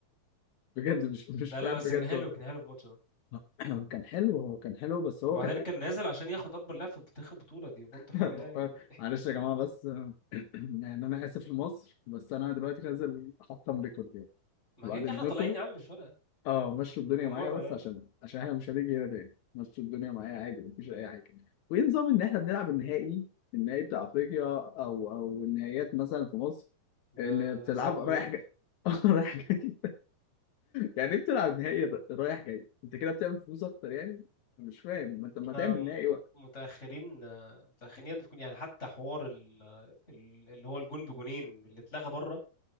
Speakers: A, on the left; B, on the left.
A: بجد مش مش
B: لا
A: فاهم
B: لا بس
A: بجد
B: كان حلو كان حلو في الماتش ده
A: والله. <clears throat> كان حلو هو كان حلو بس هو
B: وبعدين
A: كان حلو
B: كان نازل عشان ياخد أكبر لاعب في تاريخ البطولة دي برضو حاجة
A: <laughs>
B: يعني
A: معلش يا جماعة بس <clears throat> يعني أنا آسف لمصر بس أنا دلوقتي نازل أحطم ريكورد يعني
B: ما
A: بعد
B: كده كده
A: إذنكم
B: احنا طالعين يا عم مش فارقة
A: أه مشوا الدنيا
B: بالمرة
A: معايا بس
B: يعني
A: عشان عشان إحنا مش هنيجي هنا تاني مشوا الدنيا معايا عادي مفيش أي حاجة وإيه نظام إن إحنا بنلعب النهائي النهائي بتاع أفريقيا أو أو النهائيات مثلا في مصر
B: بذهاب
A: إن بتلعب
B: وإياب
A: رايح جاي <laughs> رايح جاي يعني انت بتلعب نهائي ر- رايح جاي انت كده بتعمل فلوس اكتر يعني أنا مش فاهم ما انت ما
B: احنا
A: تعمل
B: م-
A: نهائي بقى
B: متأخرين متأخرين يعني في كل- يعني حتى حوار ال- ال- اللي هو الجون بجونين اللي اتلغى بره